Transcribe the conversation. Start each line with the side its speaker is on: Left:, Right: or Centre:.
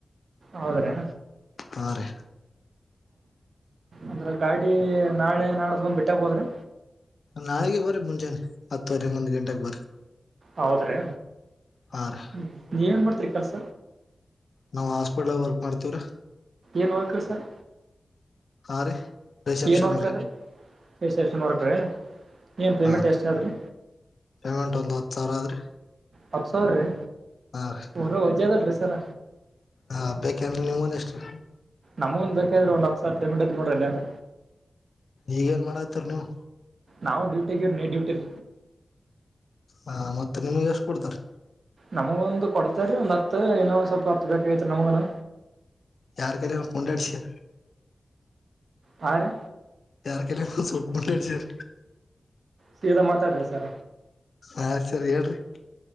Right: ಹೌದ್ರಾ?
Left: ಹಾಂ ರೀ.
Right: ಅಂದ್ರ ಗಾಡಿ ನಾಳೆ ನಾಡಿದ್ ಬಂದ್ ಬೇಟಿ ಆಗ್ಬೌದ್ ರೀ?
Left: ನಾಳೆಗೆ ಬರ್ರಿ ಮುಂಜಾನೆ ಹತ್ತುವರೆ ಹನ್ನೊಂದು ಗಂಟೆಗೆ ಬರ್ರಿ.
Right: ಹೌದ್ರೆ
Left: ಹಾ ರೀ
Right: ಹ್ಮ್ ನೀವ್ ಏನ್ ಮಾಡ್ತೀರೀ ಕೆಲ್ಸ?
Left: ನಾವು ಹಾಸ್ಪಿಟ್ಲಾಗ್ ವರ್ಕ್ ಮಾಡ್ತಿವ್ರೀ.
Right: ಏನ್ ವರ್ಕ್ ರೀ ಸರ್?
Left: ಹಾ ರೀ ರಿಸೆಪ್ಷನ್
Right: ಏನ್ ವರ್ಕ್
Left: ರೀ
Right: ಅದ್ರಿ? ಪ್ಲೇಸ್ಟೇಷನ್ ವರ್ಕ್ ರೀ. ಏನ್ ಪೇಮೆಂಟ್
Left: ಹಾ ರೀ
Right: ಎಷ್ಟ್ ಆದ್ರಿ?
Left: ಪೇಮೆಂಟ್ ಒಂದ್ ಹತ್ ಸಾವಿರ ಅದ್ರಿ.
Right: ಹತ್ ಸಾವರ್ ರೀ
Left: ರೀ
Right: ಊರ ವಜ್ಯದಲ್ ರೀ ಸರ.
Left: ಹಾಂ ಬೇಕೆಂದ್ರೆ ನಿಮ್ ಗೊಂದ್ ಅಷ್ಟು
Right: ನಮಗೊಂದ್ ಬೇಕಾಗಿರ ಒಂದ್ ಹತ್ ಸಾವ್ರದ್ ಪೇಮೆಂಟ್ ಐತ್ ನೋಡ್ರಿ ಎಲ್ಲಾರು
Left: ಈಗ ಏನ್ ಮಾಡತರ್ ನೀವು?
Right: ನಾವು ಡ್ಯೂಟಿಗೆ ನೈಟ್ ಡ್ಯೂಟಿರ್
Left: ಹಾ ಮತ್ತೆ ನೀಮಗ್ ಎಷ್ಟು ಕೊಡ್ತಾರ್? -
Right: ನಮಗೊಂದು ಕೊಡ್ತರಿ ಒಂದ ಹತ್ತು ಇನ್ನೂ ಒಂದ್ ಸ್ವಲ್ಪ ಹತ್ ಬೇಕಾಗೈತ್ ರಿ ನಮಗೂನು.
Left: ಯಾರ್ ಕೈಲಿ ಇವತ್ ಉಂಡಾಡ್ಸ್ಯ?
Right: ಹಾಂ ರೀ
Left: ಯಾರ್ ಕೈಲಿದ್ ಸ್ವಲ್ಪ್ ಮೊಟ್ಟೆ ಅಡ್ಸ್ ಯಾರ್ ರೀ.
Right: ಸೀದ ಮಾತಾಡ್ರಿ ಸರ.
Left: ಹಾಂ ಸರಿ ಹೇಳ್ರಿ.